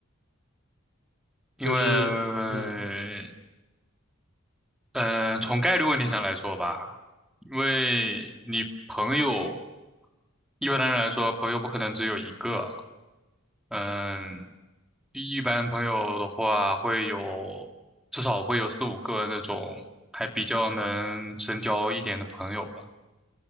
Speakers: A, in the centre; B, on the left.
A: 因为，
B: 就是，嗯
A: 呃，从概率问题上来说吧，因为你朋友，一般的人来说，朋友不可能只有一个，嗯，一般朋友的话会有，至少会有四五个那种还比较能深交一点的朋友吧。